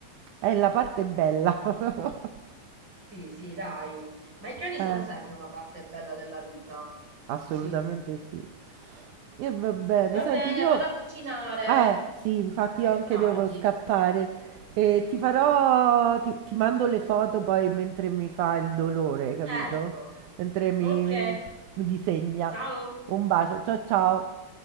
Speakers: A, on the right (about 80°); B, on the right (about 35°).
A: È la parte bella. <laughs>
B: Sì, sì, dai. Ma i cani
A: Eh.
B: sono sempre una parte bella della vita.
A: Assolutamente
B: Sì.
A: sì. E va bene,
B: Va
A: senti,
B: bene,
A: io...
B: vado a cucinare,
A: Eh, sì, infatti
B: che
A: io anche
B: è tardi.
A: devo scappare. E ti farò...
B: Ok.
A: Ti, ti mando le foto poi mentre mi fa il dolore, capito?
B: Certo.
A: Mentre mi,
B: Ok,
A: mi mi disegna.
B: ciao.
A: Un bacio, ciao ciao.